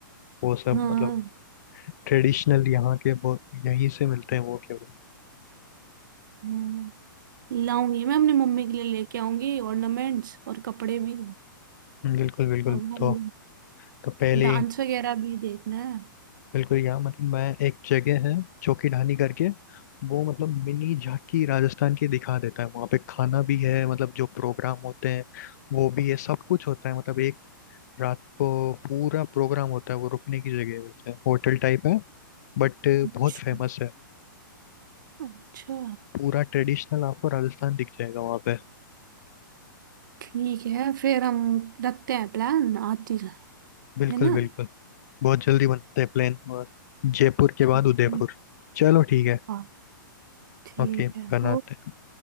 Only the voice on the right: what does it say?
हाँ
हम्म लाऊंगी मैं अपनी मम्मी के लिए लेके आऊंगी ऑर्नामेंट्स और कपड़े भी
हमारी
डांस वगैरह भी देखना है
अच्छा
अच्छा,
ठीक है फिर हम रखते हैं प्लान आती
है ना
ठीक
ठीक
हाँ ठीक
है
ओके